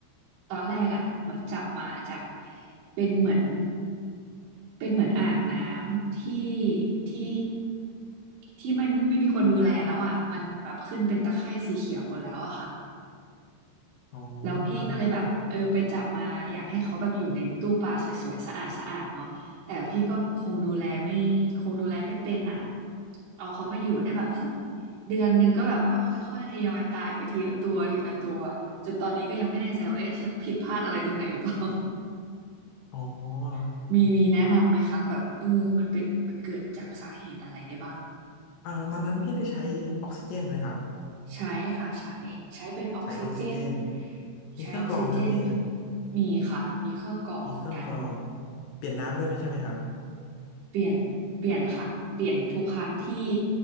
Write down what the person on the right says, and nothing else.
ตอนแรกอ่ะเหมือนจับมาจากเป็นเหมือนเป็นเหมือนอ่างน้ำที่ที่ที่มันไม่มีคนดูแลแล้วอ่ะมันแบบขึ้นเป็นตะไคร่สีเขียวหมดแล้วอะค่ะ
แล้วพี่ก็เลยแบบเออไปจับมาอยากให้เขาแบบอยู่ในตู้ปลาสวยๆสะอาดสะอาดเนาะแต่พี่ก็คงดูแลไม่คงดูแลไม่เป็นอ่ะ
เอาเขามาอยู่ได้แบบสักเดือนหนึ่งก็แบบเอาค่อยๆทยอยตายไปทีละตัวทีละตัวจนตอนนี้ก็ยังไม่แน่ใจว่าเอ๊ะฉันผิดพลาดอะไรตรงไหนหรือเปล่า
<laughs> มีมีแนะนำไหมคะแบบเออมันเป็นมันเกิดจากสาเหตุอะไรได้บ้าง
ใช้ค่ะใช้ใช้เป็นออกซิเจน
ใช้ออกซิเจนมีค่ะมีเครื่องกรองเหมือนกัน
เปลี่ยนเปลี่ยนค่ะเปลี่ยนทุกครั้งที่